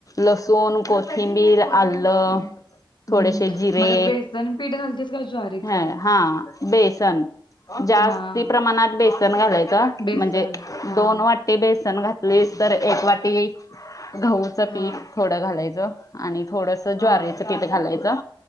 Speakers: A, on the left; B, on the left.
A: लसूण, कोथिंबीर, आलं.
B: हा हम्म,
A: थोडेसे जिरे.
B: मग त्यात बेसन पीठ घालतीस का ज्वारीचं?
A: ह. हा. बेसन जास्ती
B: हां,
A: प्रमाणात, बेसन घालायचं.
B: बेसन
A: म्हणजे
B: हां,
A: दोन वाट ते बेसन घातलीस तर, एक वाटी गहूच
B: हां,
A: पीठ थोडं घालायचं. आणि थोडंसं
B: हां,
A: ज्वारीचं पीठ घालायचं.